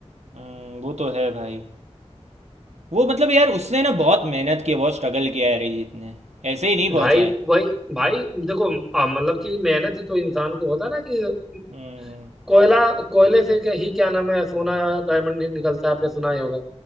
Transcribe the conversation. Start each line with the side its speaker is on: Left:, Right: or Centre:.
Right: हम्म, वो तो है भाई वो मतलब यार उसने ना बहुत मेहनत की है बहुत स्ट्रगल किया है अरिजीत ने ऐसे ही नहीं
Centre: भाई
Right: पहुंचा है
Centre: वही भाई देखो आ, मतलब कि मेहनत ही तो इंसान को होता है ना कि
Right: हम्म,
Centre: कोयला कोयले से क्या ही क्या नाम है सोना या डायमंड ही निकलता है आपने सुना ही होगा